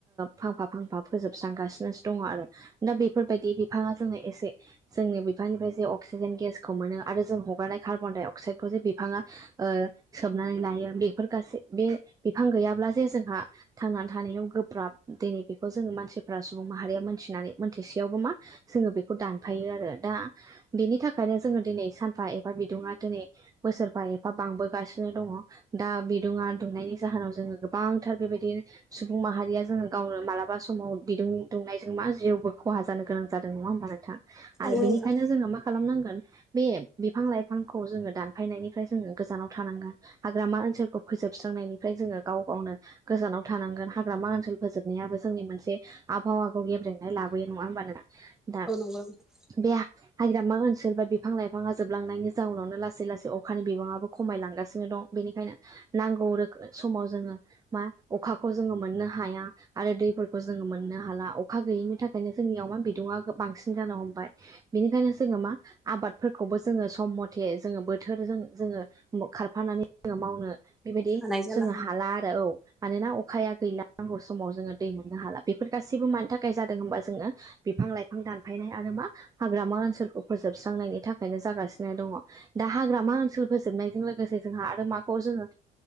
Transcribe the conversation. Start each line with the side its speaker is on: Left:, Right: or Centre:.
Right: फांफा फांफा फोजोबस्रांगासिनोसो दङ आरो दा बेफोरबायदि बिफाङा जोंनो एसे जोंनि बिफांनिफ्राय जे अक्सिजेन गेसखौ मोनो आरो जों हगारनाय कार्बन डाइ अक्साइड खौ जे बिफाङा सोमनानै लायो बेफोर गासै बे बिफां गैयाब्ला जे जोंहा थांनानै थानायाव गोब्राब दिनै बेखौ जोङो मानसिफ्रा सुबुं माहारिया मोनथिनानै मोनथिसेयावबो मा जोङो बेखौ दानफायो आरो। दा बेनि थाखायनो जोङो दिनै सानफा एबा बिदुुङा दिनै बोसोरबा एफा बांबोगासिनो दङ दा बिदुङा दुंनायनि जाहोनाव जोङो गोबांथार बेबायदि सुबुं माहारिया जोङो गावनो मालाबा समाव बिदुं दुंनायजों मा जिउबो खहा जानो गोनां जादों। नङा होनबा नोंथां।
Centre: नंगौ
Right: आरो बेनिखायनो
Centre: नोंथां
Right: जोङो मा खालामनांगोन बे बिफां लाइफांखौ जोङो दानफायनायनिफ्राय जोङो गोजानाव थानांगोन हाग्रामा ओनसोलखौ फोजोबस्रां नायनिफ्राय जोङो गाव गावनो गोजानाव थानांगोन हाग्रामा ओनसोल फोजोबनायाबो जोंनि मोनसे आबहावाखौ गेब्रेंनाय लाबोयो नङा होमबा नों नोंथां?
Centre: औ नंगौ नोंथां
Right: बे हाग्रामा ओनसोल बा बिफां लाइफाङा जोबलांनायनि जाउनावनो लासै लासै अखानि बिबाङाबो खमायलांगासिनो दं। बेनिखायनो नांगौ रो समाव जोङो मा अखाखौ जोङो मोननो हाया आरो दैफोरखौ जोङो मोननो हाला अखा गैयैनि थाखायनो जोंनियाव बिदुङा बांसिन जानो हमबाय। बिनिखायनो जोङो मा आबादफोरखौबो जोङो सम मथे जो ङो बोथोरजों जोङो खारफानानै जोङो मावनो बेबायदि
Centre: हानाय जाला
Right: जोङो
Centre: आं।
Right: हाला आरो औ मानोना अखाया गैला नंगौ समाव जोङो दै मोननो हाला बेफोर गासैबो मानि थाखाय जादों होनबा जोङो बिफां लाइफां दानफायनाय आरो मा हाग्रामा ओनसोलखौ फोजोबस्रांनायनि थाखायनो जागासिनो दङ। दा हाग्रामा ओनसोल फोजोबनायजों लोगोसे जोंहा आरो माखौ जोङो